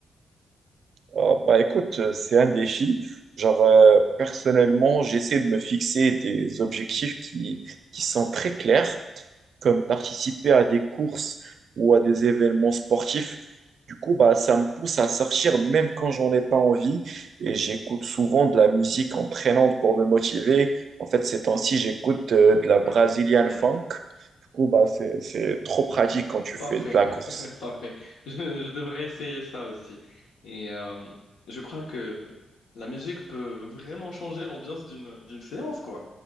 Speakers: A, on the right (about 65°); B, on the left (about 80°).
A: Ah, bah, écoute, euh, c'est un défi. Genre, euh, personnellement, j'essaie de me fixer des objectifs qui, qui sont très clairs. comme participer à des courses ou à des événements sportifs. Du coup, bah, ça me pousse à sortir même quand j'en ai pas envie et j'écoute souvent de la musique entraînante pour me motiver. En fait, ces temps-ci, j'écoute euh, de la Brazilian
B: Ouais, ouais,
A: funk. Du coup, bah, c'est, c'est trop pratique quand tu
B: parfait,
A: fais de la
B: <laughs>
A: course.
B: parfait. Je, je devrais essayer ça aussi. Et euh, je crois que la musique peut vraiment changer l'ambiance d'une d'une séance, quoi.